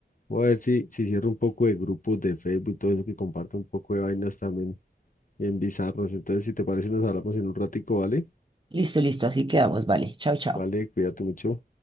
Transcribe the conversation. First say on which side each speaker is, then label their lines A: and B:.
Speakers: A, on the left; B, on the right.
A: voy a ver si, si cierro un poco de grupos de Facebook y todo eso que comparto un poco de vainas también bien bizarros. Entonces, si te parece, nos hablamos en un ratico, ¿vale?
B: Listo, listo. Así quedamos. Vale. Chao, chao.
A: Vale, cuídate mucho.